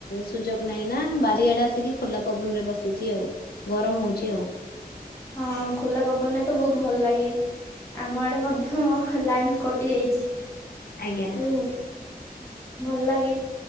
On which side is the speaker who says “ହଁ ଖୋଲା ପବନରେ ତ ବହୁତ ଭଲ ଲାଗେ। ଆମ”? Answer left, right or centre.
Left